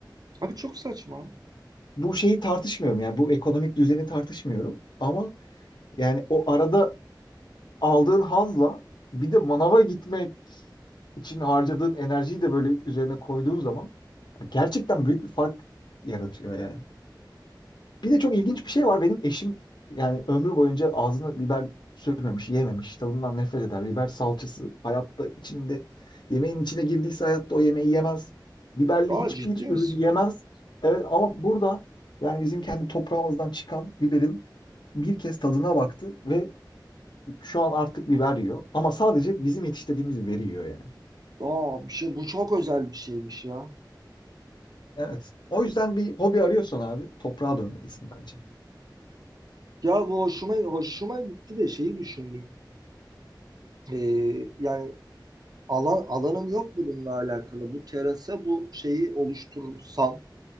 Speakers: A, on the right; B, on the left.
A: Abi çok saçma.
B: bu şeyi tartışmıyorum yani bu ekonomik düzeni tartışmıyorum ama yani o arada aldığın hazla bir de manava gitmek için harcadığın enerjiyi de böyle üzerine koyduğun zaman gerçekten büyük bir fark yaratıyor yani. Bir de çok ilginç bir şey var. Benim eşim yani ömrü boyunca ağzına biber sürmemiş, yememiş. Tadından nefret eder. Biber salçası hayatta içinde yemeğin içine girdiyse hayatta o yemeği yemez. Biberli
A: Daha
B: hiçbir
A: ciddi misin?
B: ürünü yemez. Evet ama burada yani bizim kendi toprağımızdan çıkan biberin bir kez tadına baktı ve şu an artık biber yiyor. Ama sadece bizim yetiştirdiğimiz biberi yiyor yani.
A: Aa bir şey bu çok özel bir şeymiş ya.
B: Evet. O yüzden bir hobi arıyorsan abi toprağa dönmelisin bence.
A: Ya bu hoşuma hoşuma gitti de şeyi düşündüm. Ee, yani alan alanım yok bununla alakalı. Bu terasa bu şeyi oluşturursam,